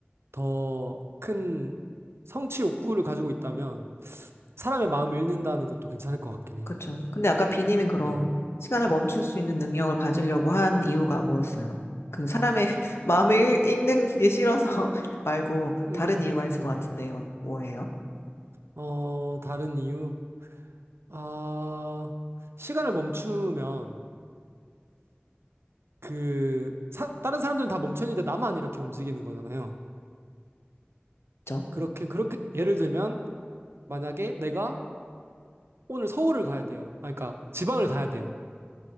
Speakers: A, on the right; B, on the left.
A: 더 큰 성취 욕구를 가지고 있다면 사람의 마음을 읽는다는 것도 괜찮을 것 같긴 해요.
B: 그렇죠. 근데 아까 비님은 그럼
A: 네.
B: 시간을 멈출 수 있는 능력을 가지려고 한 이유가 뭐였어요? 그 사람의 <laughs> 마음을 읽- 읽는 게 싫어서 <laughs> 말고
A: 음,
B: 다른 이유가 있을
A: 음.
B: 것 같은데 어- 뭐예요?
A: 어, 다른 이유? 아, 시간을 멈추면 그, 사- 다른 사람들은 다 멈췄는데 나만 이렇게 움직이는 거잖아요.
B: 그렇죠?
A: 그렇게, 그렇게, 예를 들면 만약에 내가 오늘 서울을 가야 돼요. 아, 그러니까 지방을 가야 돼요.